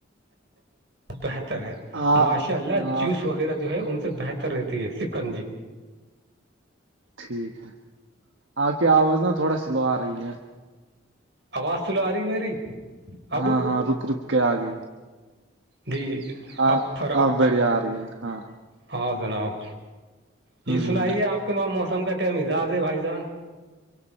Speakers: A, on the right; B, on the right.
A: بہتر ہے
B: آ
A: ماشاء اللہ جوس وغیرہ جو ہے ان سے بہتر رہتی ہے سکن جی
B: ٹھیک ہے آپ کی آواز نا تھوڑا سلو آ رہی ہے
A: آواز سلو آ رہی ہے میری اب
B: ہاں ہاں رک رک کے آ گئی
A: دی
B: ہاں
A: ابتر ابت
B: آپ بڑھیا آ رہی ہے ہاں
A: ہاں جناب جی
B: ہ
A: سنائیے آپ کے وہاں موسم کا کیا مزاج ہے بھائی جان